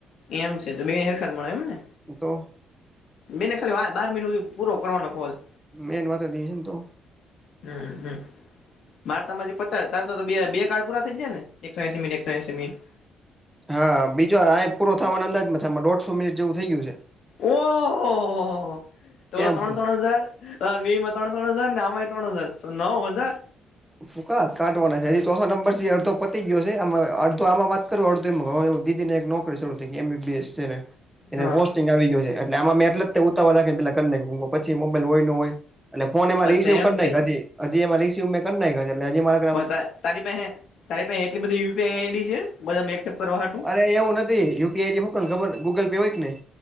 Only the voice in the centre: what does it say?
હું તો....
મેન વાત ઈ હે તો
હા બીજો આ એક પૂરો થવાનો અંદાજમાં દોઢસો મિનિટ જેવું થઇ ગયું છે.
કેમ
ફૂંકા કાઢવાના છે હજી તો ચોસો નંબર અડધો પતી ગયો છે. આમ અડધો આમાં વાત કરું અડધો. દીદીને એક નોકરી શરૂ થઈ. એમબીબીએસ છે ને. એને
પોસ્ટિંગ આવી ગ્યો છે. એટલે આમાં મેં એટલે જ તે ઉતાવળ રાખીને પેલા કર નાઈખું. પછી મોબાઈલ હોય ન હોય. એટલે ફોન એમાં
રીસીવ
કર નાયખા છે. હજી હજી એમાં રિસીવ મેં કર નાયખા છે, એટલે હજી એમા
ના, એવું નથ એ યુપી આઈડી મોકલ. ખબર, ગૂગલ પે હોય કે નહીં.